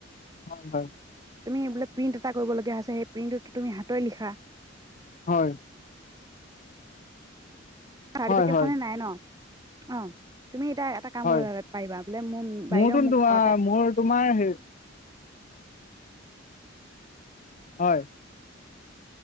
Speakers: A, on the left; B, on the right.
A: হয়, হয়।
B: তুমি বোলে প্ৰিণ্ট এটা কৰিবলগীয়া আছে সেই প্ৰিণ্টতো তুমি হাতৰে লিখা।
A: হয়।
B: চটিফিকেট
A: হয় হয়
B: খনে নাই ন অহ তুমি এতিয়া এটা কাম
A: হয়
B: কৰিব পাৰিবা বোলে মোৰ
A: মোৰতো
B: বাইদেউ মোক
A: তোমাৰ
B: ঘৰতে
A: মোৰ তোমাৰ সেই হয়।